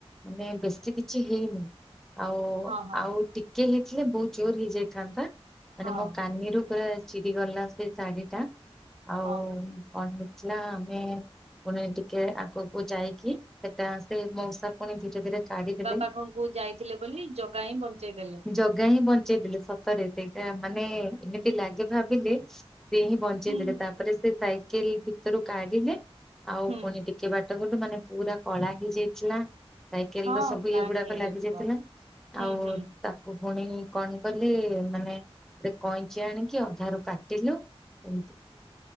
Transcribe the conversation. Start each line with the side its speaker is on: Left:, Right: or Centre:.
Centre: ମାନେ ବେଶୀ କି ଛି ହେଇନି, ଆଉ-ଆଉ
Right: ହଁ ହଁ
Centre: ଟିକେ ହେଇଥିଲେ ବହୁତ୍ ଜୋରେ ହେଇଯାଇଥାନ୍ତା। ମାନେ
Right: ହଁ
Centre: ମୋ କାନିରୁ ପୁରା ଚିରିଗଲା ସେ ଶାଢୀଟା ଆଉ
Right: ହଁ
Centre: କଣ ହେଇଥିଲା ଆମେ ପୁଣି ଟିକେ ଆଗକୁ ଯାଇକି ସେଟା ସେ ମଉସା ପୁଣି ଧୀରେ-ଧୀରେ କାଢି ଦେଲେ।
Right: <unintelligible> ଯାଇ ଥିଲେ ବୋଲି ଜଗା ହିଁ ବଞ୍ଚେଇଦେଲେ।
Centre: ଜଗା ହିଁ ବଞ୍ଚେଇଦେଲେ, ସତରେ <unintelligible> ମାନେ <unintelligible> ଲାଗେ ଭାବିଲେ ସେ ହିଁ ବଞ୍ଚେଇ
Right: ହୁଁ
Centre: ଦେଲେ, ତାପରେ ସେ ସାଇକେଲ୍ ଭିତରୁ କାଢିଲେ ଆଉ
Right: ହୁଁ
Centre: ପୁଣି ଟି କେ ବାଟ ଗଲୁ ମାନେ ପୁରା କଳା ହେଇଯାଇଥିଲା ସାଇକେଲ୍
Right: ହଁ
Centre: ର ସବୁ
Right: ବ୍ଲାକ୍
Centre: ଇଏ ଗୁଡାକ
Right: ହେଇଯାଇଥିବ
Centre: ଲାଗି ଯାଇଥିଲା,
Right: ହୁଁ
Centre: ଆଉ
Right: ହୁଁ
Centre: ତା ପୁଣି କଣ କଲି ମାନେ ଗୋଟେ କଇଁଚି ଆଣିକି ଅଧାରୁୁ କାଟିଲୁ <inaudible>